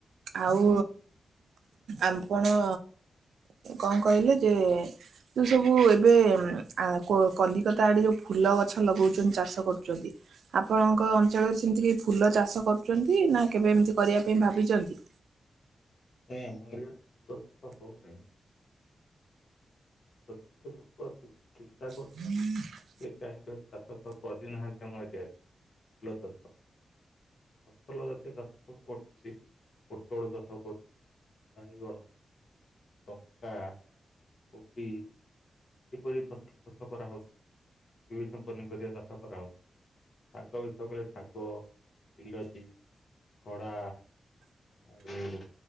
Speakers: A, on the right; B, on the left.
A: ଆଉ ଆମପଣ କଣ କହିଲି ଯେ ଯୋଉ ସବୁ ଏବେ ଉଁ ଆ କୋ କଲିକତା ଆଡେ ଯୋଉ ଫୁଲ ଗଛ ଲଗାଉଛନ୍ତି ଚାଷ କରୁଛନ୍ତି ଆପଣଙ୍କ ଅଞ୍ଚଳରେ ସେମିତି କେଇ ଫୁଲ ଚାଷ କରୁଛନ୍ତି ନା କେବେ ଏମିତି କରିବା ପାଇଁ ଭାବିଛନ୍ତି?
B: ଏଁ ମୁଁ ଏଇଲେ ତ ଫୁଲ ଗଛ ହଉନାହିଁ ତଥାପି ଲୋକ ଅଛି। ଚିନ୍ତା କରୁ
A: ହୁଁ
B: ସେ କାହିଁକି ପ୍ରାପତ କ କରି ନାହାନ୍ତି ଆମ ଆଗରେ। <unintelligible> ଫସଲ ଜାତୀୟ ଚାଷ ସବୁ କରୁଛନ୍ତି। ପୋଟଳ ଚାଷ କରୁ ବାଇଗଣ। ଲଙ୍କା। କୋବି। କିପରି ଫସଲ ଚାଷ କରା ହଉଚି? ବିଭିନ୍ନ ପନିପରିବା କରାଯାଉଛି। ଶାଗ ବେଶୀ ତ କହିଲେ ଶାଗ। ବିଲାତି। ଖଡ଼ା। ଅଙ୍ଗୁର।